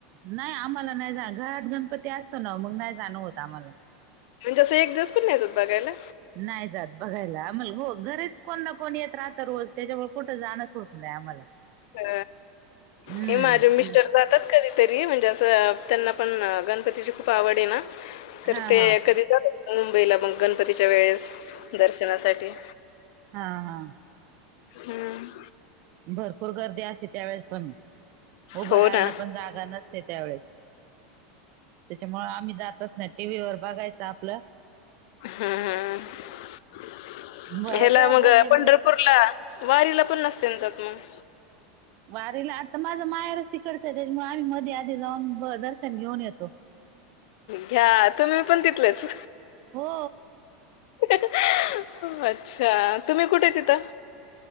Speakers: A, on the right; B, on the left.
A: नाही आम्हाला नाही जा घरात गणपती असतो ना हो मग नाही जाणं होत आम्हाला.
B: म्हणजेअसं एक दिवस पण नाही जात बघायला.
A: नाही जात बघायला आम्हाला हो घरच कोणा ना कोणी येत राहत रोज त्याच्यामुळे कुठं जाणच होत नाही आम्हाला.
B: अ
A: हम्म
B: हे माझे मिस्टर जर. येतात कधीतरी म्हणजे असं त्यांना पण गणपतीची खूप आवड आहे ना. तर
A: हा
B: ते
A: हा
B: कधी जातात मुंबईला मग गणपतीच्या वेळेस दर्शनासाठी.
A: हा हा.
B: हम्म.
A: भरपूर गर्दी असते त्यावेेळेस पण उभं
B: हो
A: राहायला
B: ना
A: पण जागा नसते त्यावेेळेस. त्याच्यामुळे आम्ही जातच नाही टीव्ही वर बघायचं आपलं.
B: हम्म हम्
A: बऱ्याच
B: ह्याला
A: वेळा
B: मग पंढर.
A: बोलले मी
B: पंढरपुरला वारीला पण नसते जात मग.
A: वारीला आता माझ माहेरच तिकडच आहे त्याच्यामुळे आम्ही मध्ये आधी जाऊन दर्शन घेऊन येतो.
B: घ्या तुम्ही पण तिथलेच.
A: हो.
B: <unintelligible> अच्छा, तुम्ही कुठे तिथ.